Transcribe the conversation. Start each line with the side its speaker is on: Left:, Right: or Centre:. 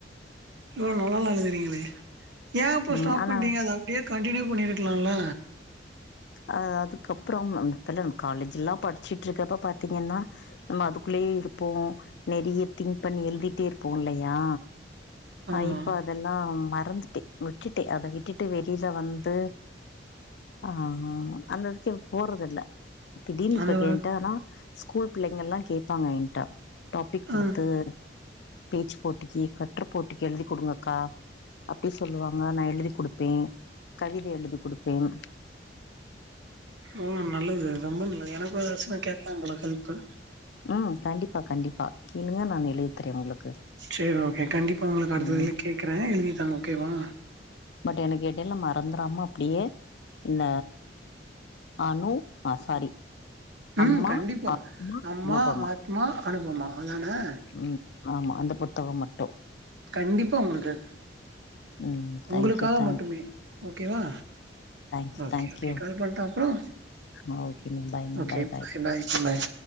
Right: இவ்ளோ நல்லால்லா எழுதுறீங்களே ஏன் இப்போ
Left: ம்
Right: ஸ்டாப்
Left: ஆனா
Right: பண்டீங்க அத அப்டியே கன்டினியூ பண்ணியிருக்கலால
Left: அ அதுக்கப்புறம் அப்பல்லாம் காலேஜ் எல்லாம் படிச்சுட்டு இருக்கப்ப பாத்தீங்கன்னா நம்ம அதுக்குள்ளயே இருப்போ நெறைய திங்க் பண்ணி எழுதிட்டே இருப்போ இல்லையா
Right: ஆமா
Left: அ இப்ப அதெல்லா மறந்துட்டே விட்டுட்டே அத விட்டுட்டு வெளில வந்து ஆ ஆ அந்ததுக்கு இப்போ போறது இல்ல திடீர்னு இப்ப
Right: அந்த
Left: கேன்டால்லா ஸ்கூல் பிள்ளைங்கெல்லா கேட்பாங்க ஏன்ட டாபிக் குடுத்து
Right: ஆ
Left: பேச்சு போட்டிக்கு கட்ரை போட்டிக்கு எழுதி குடுங்க அக்கா அப்டி சொல்லுவாங்க நா எழுதிக் குடுப்பேன் கவிதை எழுதி குடுப்பேன்
Right: ம் நல்லது ரொம்ப நல்லது எனக்கும் ஏதாச்சுன்னா கேக்கலாம் போல ஹெல்ப்பு
Left: ம் கண்டிப்பா கண்டிப்பா கேழுங்க நான் எழுதுத்துறேன் உங்களுக்கு
Right: சேரி ஓகே கண்டிப்பா உங்களுக்கு அடுத்த
Left: ம்
Right: இதுல கேக்குறே எழுதிதாங்க ஓகேவா
Left: பட் எனக்கு எடையில மறந்துறாம அப்டியே இன்ன அனு ஆ சாரி
Right: ம்
Left: அம்மா
Right: கண்டிப்பா
Left: ஆத்மா
Right: அம்மா
Left: அனுபமா
Right: ஆத்மா அனுபமா அதானே
Left: ம் ஆமா அந்த புத்தக மட்டு
Right: கண்டிப்பா உங்களுக்கு
Left: ம்
Right: உங்களுக்காக
Left: தேங்க்யூ தேங்க்யூ
Right: மட்டுமே ஓகே வா
Left: thanks
Right: okay
Left: thank you
Right: okay call பண்டா அப்றோ
Left: ஆ ஓகேமா பாய்மா
Right: ஓகே
Left: பாய்
Right: பாய் பாய்